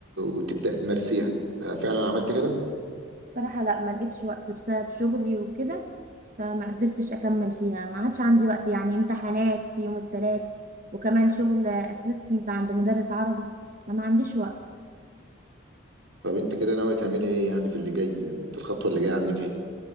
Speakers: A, on the right (about 80°); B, on the right (about 40°).
A: وتبداي تمارسيها آه، فعلا عملت كده
B: بصراحة لا ما لقيتش وقت بسبب شغلي وكده فما قدرتش اكمل فيها ما عادش عندي وقت يعني امتحانات يوم الثلاث وكمان شغل اسيستنت عند مدرس عربي فما عنديش وقت
A: طب انت كده ناويه تعملي ايه يعني في اللي جاي يعني انت الخطوه اللي جايه عندك ايه